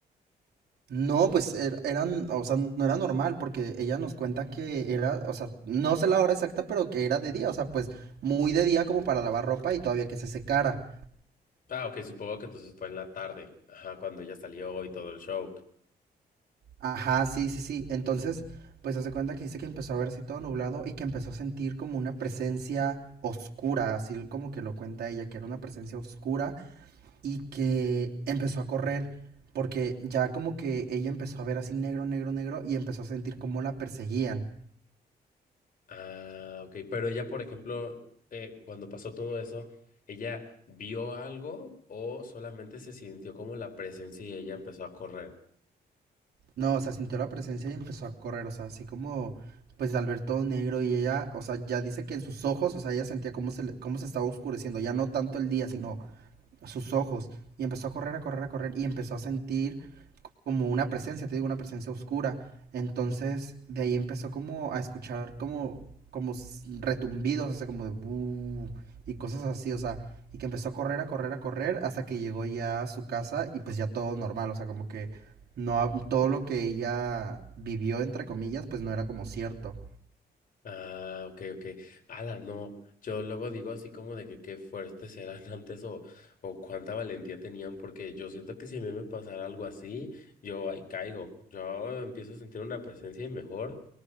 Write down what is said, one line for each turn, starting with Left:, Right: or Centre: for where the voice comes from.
Right: No, pues er- eran, o sea, no era normal, porque ella nos cuenta que era, o sea, no sé la hora exacta, pero que era de día, o sea, pues muy de día como para lavar ropa y todavía que se secara.
Left: Ah, ok, supongo que entonces fue en la tarde, ajá, cuando ella salió y todo el show.
Right: Ajá, sí, sí, sí. Entonces, pues hace cuenta que dice que empezó a verse todo nublado y que empezó a sentir como una presencia oscura, así como que lo cuenta ella, que era una presencia oscura y que empezó a correr porque ya como que ella empezó a ver así negro, negro, negro y empezó a sentir como la perseguían.
Left: Ah, ok, pero ella, por ejemplo, eh, cuando pasó todo eso, ¿ella vio algo o solamente se sintió como la presencia y ella empezó a correr?
Right: No, o sea, sintió la presencia y empezó a correr, o sea, así como pues al ver todo negro y ella, o sea, ya dice que en sus ojos, o sea, ella sentía cómo se, le- cómo se estaba oscureciendo, ya no tanto el día, sino a sus ojos y empezó a correr, a correr, a correr y empezó a sentir como una presencia, te digo, una presencia oscura. Entonces, de ahí empezó como a escuchar como, como s- retumbidos, o sea, como de "bu", y cosas así, o sea, y que empezó a correr, a correr, a correr hasta que llegó ya a su casa y pues ya todo normal, o sea, como que no, ha- todo lo que ella vivió, entre comillas, pues no era como cierto.
Left: Ah, ok, ok. Ala, no. Yo luego digo así como de que qué fuertes eran <laughs> antes o, o cuánta valentía tenían, porque yo siento que si a mí me pasara algo así, yo ahí caigo. Yo empiezo a sentir una presencia y mejor